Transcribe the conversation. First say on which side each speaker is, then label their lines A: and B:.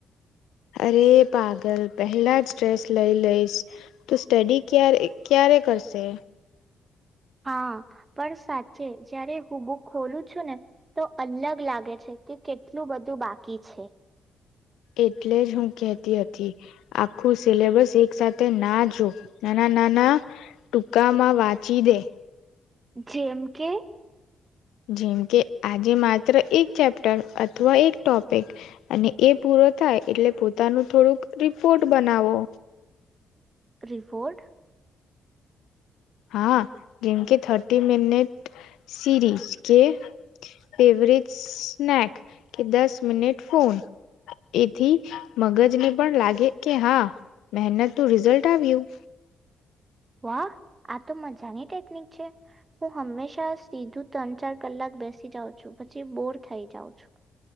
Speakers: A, on the left (about 85°); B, on the right (about 30°).
A: અરે પાગલ પહેલા જ સ્ટ્રેસ લઈ લઈશ તો સ્ટડી ક્યારે ક્યારે કરશે.
B: હા, પણ સાચે જયારે હું બુક ખોલું છું ને તો અલગ લાગે છે કે કેટલું બધું બાકી છે.
A: એટલે જ હું કેતી હતી આખું સિલેબસ એક સાથે ના જો નાના નાના ટૂકામાં વાંચી દે.
B: જેમ કે?
A: જેમ કે આજે માત્ર એક ચેપ્ટર અથવા એક ટોપિક અને એ પૂરો થાય એટલે પોતાનું થોડુંક રિપોર્ટ બનાવો.
B: રિફોર્ડ?
A: હા, જેમ કે થર્ટી મિનટ સીરીઝ કે એવરેજ સ્નેક કે દસ મિનિટ ફોન એથી મગજને પણ લાગે કે હા મહેનત નું રિઝલ્ટ આવ્યું.
B: વાહ આ તો મજાની ટેકનિક છે. હું હંમેશા સીધું ત્રણ ચાર કલાક બેસી જાઉં છું પછી બોર થઈ જાઉં છું.